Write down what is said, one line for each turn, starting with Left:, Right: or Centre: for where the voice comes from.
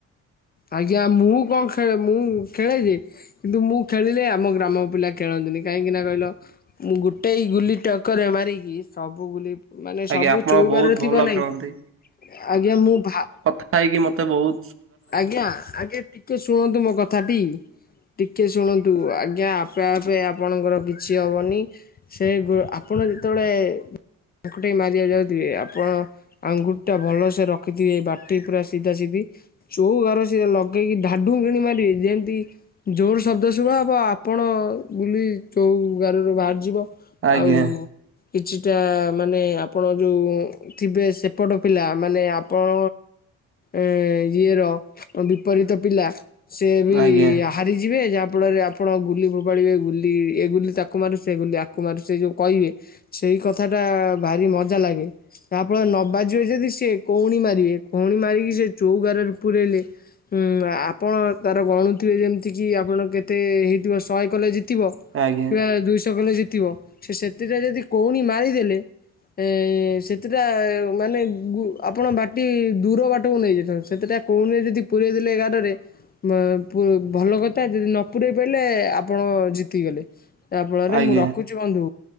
Left: ଆଜ୍ଞା ମୁଁ କଣ ଖେଳେ ମୁଁ ଖେଳେଯେ କିନ୍ତୁ ମୁଁ ଖେଳିଲେ ଆମ ଗ୍ରାମ ପିଲା ଖେଳନ୍ତିନି କାହିଁକିନା କହିଲ? ମୁଁ ଗୋଟେଇ ଗୁଲି ଟଙ୍କରେ ମାରିକି ସବୁ ଗୁଲି ମାନେ
Right: ଆଜ୍ଞା
Left: ସବୁ
Right: ଆପଣ
Left: ଚଉଗାରରେ
Right: ବହୁତ ଭଲ
Left: ଥିବ ନାହିଁ
Right: ଖେଳନ୍ତି।
Left: ଆଜ୍ଞା ମୁଁ ଭା
Right: ଖାଇକି ମତେ ବୋହୂ
Left: ଆଜ୍ଞା ଆଜ୍ଞା ଟିକେ ଶୁଣନ୍ତୁ ମୋ କଥାଟି। ଟିକେ ଶୁଣନ୍ତୁ ଆଜ୍ଞା ଆପେ ଆପେ ଆପଣଙ୍କର କିଛି ହବନି। ସେ ଆପଣ ଯେତେବେଳେ ହାକୁଟି ମାରିବାକୁ ଯାଉଥିବେ ଆପଣ ଆଙ୍ଗୁଟି ଟା ଭଲସେ ରଖିଥିବେ ଏ ବାଟି ପୁରା ସିଧା ସି ଚୋଉ ଘର ସି ଲଗେଇକି ଢାଡୁ କିଣି ମାରିବେ ଯେମତି ଜୋର୍ ଶବ୍ଦ ଶୁଭା ହବ ଆପଣ ବୁଲି ଚୋଉ ଗାରରୁ ବାହାରିଯିବ।
Right: ଆଜ୍ଞା।
Left: ଆଉ କିଛିଟା ମାନେ ଆପଣ ଯୋଉ। ଥିବେ ସେପଟ ପିଲା ମାନେ ଆପଣ ଏ ଇ ଇଏର ବିପରୀତ ପିଲା ସେଏ ବିଆହାଟ୍
Right: ଆଜ୍ଞା
Left: ନେଇଯିବେ ଯାହାଫଳରେ ଆପଣ ଗୁଲି ଫୋପାଡ଼ିବେ ଗୁଲି ଏ ଗୁଲି ତାକୁ ମାରୁ ସେ ଗୁଲି ଆକୁ ମାରୁ ସେ ଯୋଉ କହିବେ ସେଇ କଥାଟା ଭାରି ମଜା ଲାଗେ। ତାହା ଫଳରେ ନବାଜିବ ଯଦି ସେ କୋହୁଣି ମାରିବେ କୋହୁଣି ଇମୀମାରିକି ସେ ଯୋଉ ଗାରରେ ପୂୁରଇଲେ ହୁଁ ଆପଣ ତାର ଗଣୁଥିବେ ଯେମିତିକି ଆପଣ କେତେ ହେଇଥିବ ଶହେ କଲେ ଜିତିବ।
Right: ଆଜ୍ଞା
Left: ପିଲା ଦୁଇଶହ କଲେ ଜିତିବ ସେ ସେଥିଟା ଯଦି କହୁଣୀ ମାରିଦେଲେ ଏ ସେଥିଟା ମାନେ ଗୁ ଆପଣ ବାଟି ଦୂର ବାଟକୁ ନେଇଯାଇଚନ୍ତି। ସେତେଟା <unintelligible> ଯଦି ପୁରେଇ ଦେଲେ ଏ ଗାରରେ ମଁ ପୁ ଭଲ କଥା ଯଦି ନ ପୁରେଇ ପାଇଲେ ଆପଣ ଜିତିଗଲେ। ତା ଫଳରେ
Right: ଆଜ୍ଞା
Left: ମୁଁ ରଖୁଚି ବନ୍ଧୁ